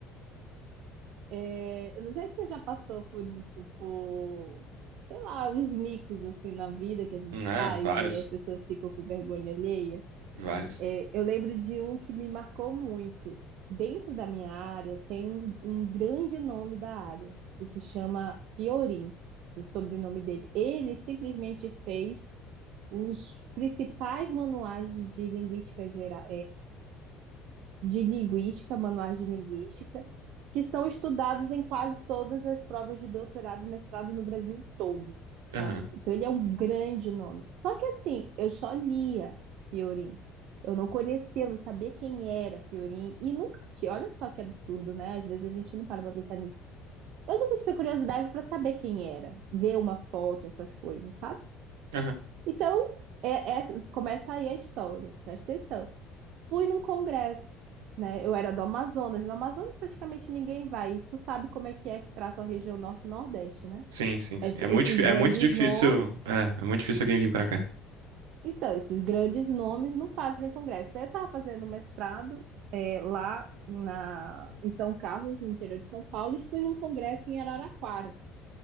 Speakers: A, on the right; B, on the right.
A: É, eu não sei se você já passou por isso, por sei lá, uns micos assim na vida que a gente
B: Ah,
A: faz,
B: vários.
A: aí as pessoas ficam com vergonha alheia.
B: Vários.
A: É, eu lembro de um que me marcou muito. Dentro da minha área, tem um, um grande nome da área, que se chama Fiorin, o sobrenome dele. Ele simplesmente fez os principais manuais de linguística geral, de linguística, manuais de linguística, que são estudados em quase todas as provas de doutorado e mestrado no Brasil todo,
B: Aham.
A: sabe? Então ele é um grande nome. Só que assim, eu só lia Fiorin. Eu não conhecia, eu não sabia quem era Fiorin e nunca tinha. Olha só que absurdo, né? Às vezes a gente não para pra pensar nisso. Eu nunca tive curiosidade para saber quem era, ver uma foto, essas coisas, sabe?
B: Aham.
A: Então, é- é- começa aí a história, presta atenção. Fui num congresso, né? Eu era do Amazonas. No Amazonas praticamente ninguém vai. E tu sabe como é que é que trata a região norte e nordeste, né?
B: Sim, sim, sim.
A: Esse-
B: É muito,
A: esses
B: difí- é
A: grandes
B: muito difícil.
A: nomes.
B: É, é muito difícil alguém vir pra cá.
A: Então, esses grandes nomes não fazem congresso. Eu estava fazendo mestrado é, lá na, em São Carlos, no interior de São Paulo, e fui num congresso em Araraquara.